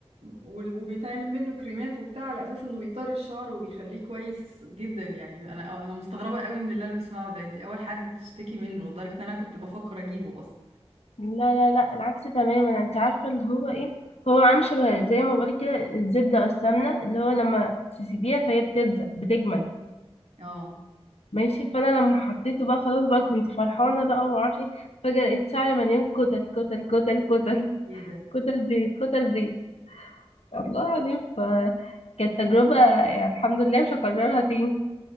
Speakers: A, on the right; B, on the left.
A: و- وبيتعمل منه كريمات وبتاع على اساس انه بيطري الشعر وبيخليه كويس جدا يعني انا انا مستغربة قوي من اللي انا بسمعه ده انت اول حد تشتكي منه لدرجة ان انا كنت بفكر اجيبه اصلا
B: لا لا لا العكس تماما انت عارفه اللي هو ايه هو عامل شبه زي ما بقولك كده الزبده او السمنه اللي هو لما تسيبيها فهي بتلزق بتجمد
A: اه
B: ماشي فانا لما حطيته بقى خلاص بقى كنت فرحانه بقى ومعرفش ايه فجاه لقيت شعري مليان كتل كتل كتل كتل
A: ايه ده
B: كتل زيت كتل زيت والله العظيم فكانت تجربه يعني الحمد لله مش هكررها تاني